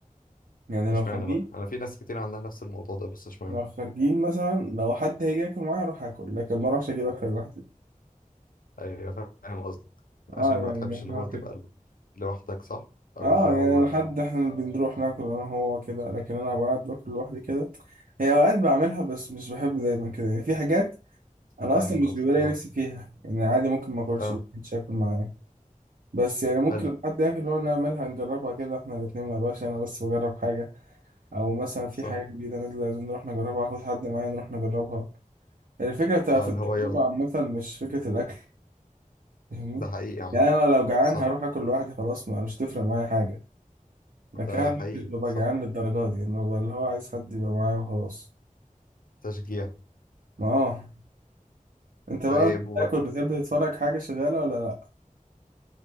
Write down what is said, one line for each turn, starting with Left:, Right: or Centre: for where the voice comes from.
Right: يعني لو
Left: اشمعنى
Right: خارجين
Left: بقى انا في ناس كتير عندها نفس الموضوع ده بس اشمعنى
Right: لو خارجين مثلا لو حد هيجي ياكل معايا اروح اكل لكن ما اروحش اجيب اكل لوحدي
Left: ايوه فاهم قصدك عشان
Right: اه
Left: ما
Right: يعني
Left: تحبش اللي
Right: هو
Left: هو تبقى
Right: كده
Left: ال- لوحدك صح او
Right: اه
Left: اللي هو
Right: يعني لحد احنا بنروح ناكل انا هو كده لكن انا بقعد باكل لوحدي كده هي اوقات بعملها بس مش بحب دايما كده يعني في حاجات انا
Left: فاهم
Right: اصلا مش
Left: قصدك
Right: بيبقى لي
Left: اه
Right: نفسي فيها يعني عادي ممكن ما اكلش
Left: اه
Right: لو مش هاكل معاه بس يعني ممكن
Left: حلو
Right: لما حد ياكل هو نعملها نجربها كده احنا الاتنين ما بقاش انا بس بجرب حاجه او مثلا في
Left: صح
Right: حاجه جديده نازله لازم نروح نجربها اخد حد معايا نروح نجربها الفكره بتبقى
Left: اه
Right: في التجربه
Left: اللي هو يلا
Right: عامه مش فكره الاكل فاهمني
Left: ده حقيقي عامة
Right: يعني انا لو جعان
Left: صح
Right: هروح اكل لوحدي خلاص ما مش هتفرق معايا حاجه ده كان
Left: ده حقيقي
Right: مش ببقى
Left: صح
Right: جعان للدرجة دي انه ببقى اللي هو عايز حد يبقى معايا وخلاص
Left: تشجيع
Right: ما اه انت بقى
Left: طيب
Right: انت بتاكل بتحب تتفرج حاجة شغالة ولا لا